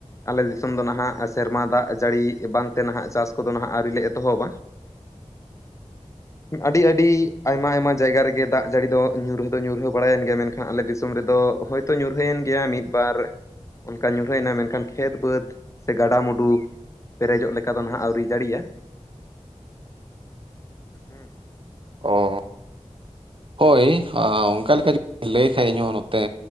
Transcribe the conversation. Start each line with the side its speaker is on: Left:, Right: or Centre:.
Left: ᱟᱞᱮ ᱫᱤᱥᱚᱢ ᱫᱚ ᱱᱟᱦᱟᱜ ᱥᱮᱨᱢᱟ ᱫᱟᱜ ᱡᱟᱹᱲᱤ ᱵᱟᱝᱛᱮ ᱱᱟᱦᱟᱜ ᱪᱟᱥ ᱠᱚᱫᱚ ᱱᱟᱦᱟᱜ ᱟᱹᱣᱨᱤᱞ ᱞᱮ ᱮᱛᱚᱦᱚᱵᱟ᱾ ᱟᱹᱰᱤ ᱟᱹᱰᱤ ᱟᱭᱢᱟ ᱟᱭᱢᱟ ᱡᱟᱭᱜᱟ ᱨᱮᱜᱮ ᱫᱟᱜ ᱡᱟᱹᱲᱤ ᱫᱚ ᱧᱩᱨᱦᱟᱹ ᱫᱚ ᱧᱩᱨᱦᱟᱹ ᱵᱟᱲᱟᱭᱮᱱ ᱜᱮᱭᱟ ᱢᱮᱱᱠᱷᱟᱱ ᱟᱞᱮ ᱫᱤᱥᱚᱢ ᱨᱮᱫᱚ ᱦᱳᱭ ᱛᱚ ᱧᱩᱨᱦᱟᱹᱭᱮᱱ ᱜᱮᱭᱟ ᱢᱤᱫ ᱵᱟᱨ ᱚᱱᱠᱟ ᱧᱩᱨᱦᱟᱹᱭᱮᱱᱟ ᱢᱮᱱᱠᱷᱟᱱ ᱠᱷᱮᱛ ᱵᱟᱹᱫᱽ ᱥᱮ ᱜᱟᱰᱟ ᱢᱩᱰᱩ ᱯᱮᱨᱮᱡᱚᱜ ᱞᱮᱠᱟ ᱫᱚ ᱱᱟᱦᱟᱜ ᱟᱹᱣᱨᱤᱭ ᱡᱟᱹᱲᱤᱭᱟ ᱦᱩᱸ
Right: ᱚ ᱦᱳᱭ ᱚᱱᱠᱟ ᱞᱮᱠᱟ <unintelligible> ᱞᱟᱹᱭ ᱠᱷᱟᱡ ᱤᱧᱦᱚᱸ ᱱᱚᱛᱮ